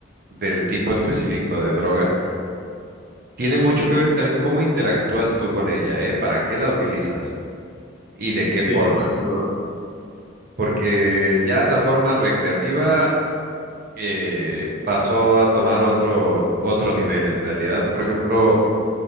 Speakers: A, on the right; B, on the left.
A: del tipo específico de droga, tiene mucho que ver también cómo interactúas tú con ella, ¿eh? ¿Para qué la utilizas? ¿Y de qué forma?
B: Sí, sin duda.
A: porque ya la forma recreativa eh, pasó a tomar otro, otro nivel. En realidad, por ejemplo,